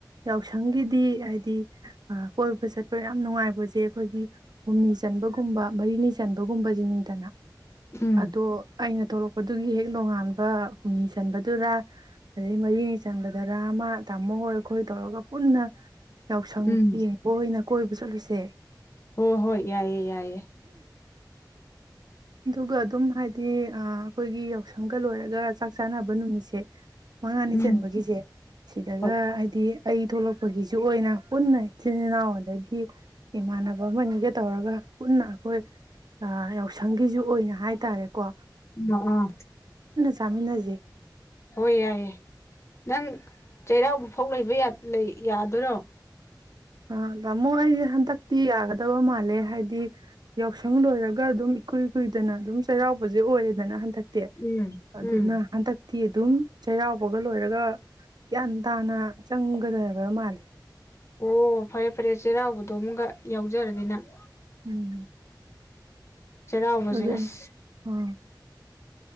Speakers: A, on the right; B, on the left.
A: ꯌꯥꯎꯁꯪꯒꯤꯗꯤ ꯍꯥꯏꯗꯤ ꯀꯣꯏꯕ ꯆꯠꯄ ꯌꯥꯝ ꯅꯨꯡꯉꯥꯏꯕ ꯃꯣꯏꯁꯦ ꯑꯩꯈꯣꯏꯒꯤ ꯍꯨꯝꯅꯤ ꯆꯟꯕꯒꯨꯝꯕ ꯃꯔꯤꯅꯤ ꯆꯟꯕꯒꯨꯝꯕꯁꯤꯅꯤꯗꯅ
B: ꯎꯝ
A: ꯑꯗꯣ ꯑꯩꯅ ꯊꯣꯛꯂꯛꯄꯗꯨꯒꯤ ꯍꯦꯛ ꯅꯣꯡꯉꯥꯟꯕ ꯍꯨꯝꯅꯤ ꯆꯟꯕꯗꯨꯔ ꯑꯗꯩ ꯃꯔꯤꯅꯤ ꯆꯟꯕꯗꯨꯔꯥ ꯑꯃ ꯇꯥꯃꯣ ꯍꯣꯏ ꯑꯩꯈꯣꯏ ꯇꯧꯔꯒ ꯄꯨꯟꯅ ꯌꯥꯎꯁꯪ
B: ꯎꯝ
A: ꯌꯦꯡꯕ ꯑꯣꯏꯅ ꯀꯣꯏꯕ ꯆꯠꯂꯨꯁꯦ
B: ꯍꯣ ꯍꯣꯏ ꯌꯥꯏꯌꯦ ꯌꯥꯏꯌꯦ
A: ꯑꯗꯨꯒ ꯑꯗꯨꯝ ꯍꯥꯏ ꯗꯤ ꯑꯥ ꯑꯈꯣꯏꯒꯤ ꯌꯥꯎꯁꯪꯒ ꯂꯣꯏꯔꯒ ꯆꯥꯛ ꯆꯥꯅꯕ ꯅꯨꯃꯤꯠꯁꯦ ꯃꯉꯥꯅꯤ
B: ꯎꯝ
A: ꯆꯟꯕꯒꯤꯖꯦ ꯁꯤꯗꯒ
B: ꯍꯣꯏ
A: ꯍꯥꯏꯗꯤ ꯑꯩ ꯊꯣꯛꯂꯛꯄꯒꯤꯖꯨ ꯑꯣꯏꯅ ꯄꯨꯟꯅ ꯏꯆꯤꯜ ꯏꯅꯥꯎ ꯑꯗꯒꯤ ꯏꯃꯥꯟꯅꯕ ꯑꯃꯅꯤꯒ ꯇꯧꯔꯒ ꯄꯨꯟꯅ ꯍꯣꯏ ꯑꯥ ꯌꯥꯎꯁꯪꯒꯤꯖꯨ ꯑꯣꯏꯅ ꯍꯥꯏ ꯇꯥꯔꯦ ꯀꯣ
B: ꯑꯥ ꯑꯥ
A: ꯆꯥꯃꯤꯟꯅꯁꯦ
B: ꯍꯣꯏ ꯌꯥꯌꯦ ꯅꯪ ꯆꯩꯔꯥꯎꯕ ꯐꯥꯎ ꯂꯩꯕ ꯌꯥ ꯂꯩ ꯌꯥꯗꯣꯏꯔꯣ
A: ꯑ ꯗꯥꯃꯣ ꯑꯩꯖꯦ ꯍꯟꯗꯛꯇꯤ ꯌꯥꯒꯗꯕ ꯃꯥꯜꯂꯦ ꯍꯥꯏꯗꯤ ꯌꯥꯎꯁꯪ ꯂꯣꯏꯔꯒ ꯑꯗꯨꯝ ꯏꯀꯨꯏ ꯀꯨꯏꯗꯅ ꯑꯗꯨꯝ ꯆꯩꯔꯥꯎꯕꯁꯦ ꯑꯣꯏꯔꯦꯗꯅ ꯍꯟꯗꯛ ꯗꯤ
B: ꯎꯝ
A: ꯑꯗꯨꯅ
B: ꯎꯝ
A: ꯍꯟꯗꯛꯇꯤ ꯑꯗꯨꯝ ꯆꯩꯔꯥꯎꯕꯒ ꯂꯣꯏꯔꯒ ꯒ꯭ꯤꯌꯥꯟ ꯇꯥꯅ ꯑꯪꯒꯗꯕ ꯃꯥꯜꯂꯦ <unintelligible>
B: ꯑꯣ ꯐꯔꯦ ꯐꯔꯦ ꯆꯩꯔꯥꯎꯕꯗꯣ ꯑꯃꯒ ꯌꯥꯎꯖꯔꯗꯤ ꯅꯪ
A: ꯎꯝ
B: ꯆꯩꯔꯥꯎꯕꯖꯦ
A: ꯑꯗꯨꯅꯤ
B: ꯑꯁ
A: ꯑꯥ